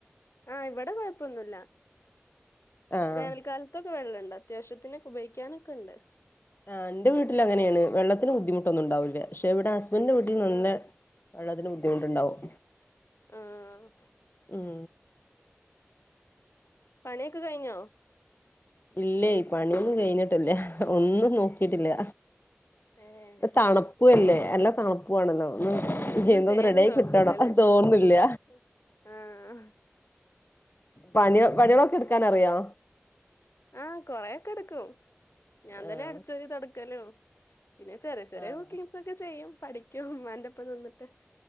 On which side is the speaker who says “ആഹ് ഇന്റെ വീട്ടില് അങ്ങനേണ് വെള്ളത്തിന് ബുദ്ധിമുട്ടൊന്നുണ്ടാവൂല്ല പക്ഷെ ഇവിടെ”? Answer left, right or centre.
Left